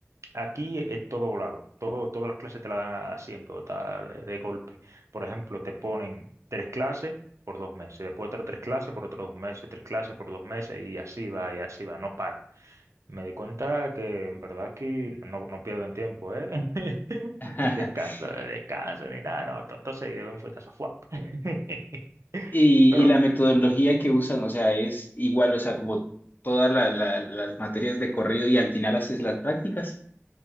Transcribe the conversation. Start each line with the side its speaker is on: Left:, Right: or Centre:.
Right: Aquí es todo volado, todo, todas las clases te las dan así en pelota de, de golpe. Por ejemplo, te ponen tres clases por dos meses, después otras tres clases por otros dos meses, tres clases por dos meses y así va, y así va, no para. Me di cuenta que en verdad aquí no, no pierden tiempo, ¿eh? <laughs>
Left: <laughs>
Right: Descanso, descanso, ni nada, no, todo todo seguido de un fuetazo, ¡fuap! <laughs>
Left: Y,
Right: Pero
Left: y la metodología que usan, o sea, es igual, o sea, como todas la- la- las materias de corrido y al final haces las prácticas.